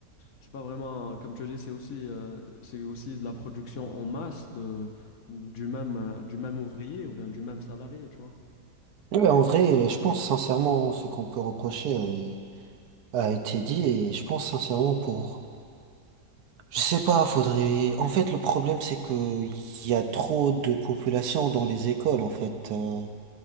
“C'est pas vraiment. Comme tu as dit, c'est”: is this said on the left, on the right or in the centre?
Left